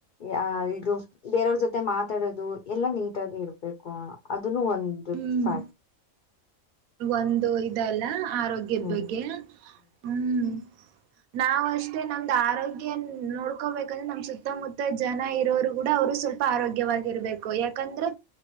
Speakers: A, on the left (about 55°); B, on the right (about 85°).
A: ಯ ಇದು ಬೇರೆಯವ್ರ ಜೊತೆ ಮಾತಾಡದು ಎಲ್ಲಾ ನೀಟಾಗಿ ಇರ್ಬೇಕು ಅದನ್ನು ಒಂದು
B: ಹ್ಮ್
A: ಫ್ಯಾಕ್ಟ್
B: ಒಂದು ಇದಲ್ಲ ಆರೋಗ್ಯದ
A: ಹ್ಮ್
B: ಬಗ್ಗೆ ಹ್ಮ್ ನಾವವು ಅಷ್ಟೇ ನಮ್ದ್ ಆರೋಗ್ಯನ್ ನೋಡ್ಕೋಬೇಕಂದ್ರೆ ನಮ್ ಸುತ್ತಮುತ್ತ ಜನ ಇರೋರು ಕೂಡ ಅವ್ರು ಸ್ವಲ್ಪ ಆರೋಗ್ಯವಾಗಿರ್ಬೇಕು ಯಾಕಂದ್ರೆ